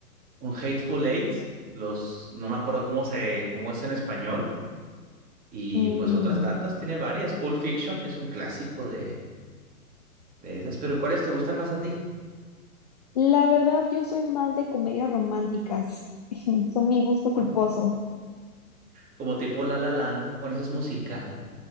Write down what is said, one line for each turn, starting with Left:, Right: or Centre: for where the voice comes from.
Right: un Hateful Eight. Los, no me acuerdo cómo se, cómo es en español. Y
Left: Mm,
Right: pues otras tantas, tiene varias. Pulp Fiction, que es un clásico de, de esas. Pero ¿cuáles te gustan más a ti?
Left: La verdad, yo soy más de comedias románticas. <laughs> Son mi gusto culposo.
Right: Ah. Como tipo La La Land. Bueno, eso es musical.